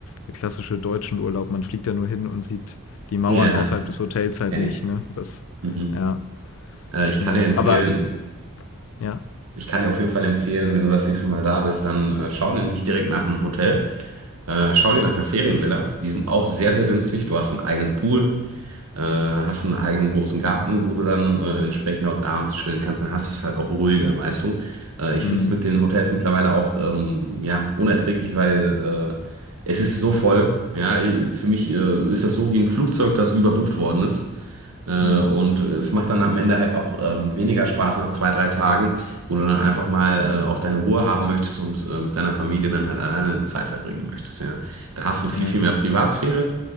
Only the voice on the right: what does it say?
ja,
kenne
ich.
Mhm.
Äh, ich
kann dir empfehlen,
ich kann dir auf jeden Fall empfehlen, wenn du das nächste Mal da bist, dann äh, schau dir nicht direkt nach einem Hotel. Äh, schau dir nach einer Ferienvilla. Die sind auch sehr, sehr günstig. Du hast einen eigenen Pool. äh, hast einen eigenen großen Garten, wo du dann äh, entsprechend auch abends chillen kannst, dann hast du es halt auch ruhiger, weißt du? Äh, ich
finde es mit den Hotels mittlerweile auch ähm, ja, unerträglich, weil äh, es ist so voll. Ja, Ich- für mich äh, ist das so wie ein Flugzeug, das überbucht worden ist. Äh,
und es macht dann am Ende halt auch ähm, weniger Spaß nach zwei, drei Tagen, wo du dann einfach mal äh, auch deine Ruhe haben möchtest und äh, mit deiner Familie dann halt alleine Zeit verbringen möchtest. Ja. Da hast du viel,
viel mehr Privatsphäre.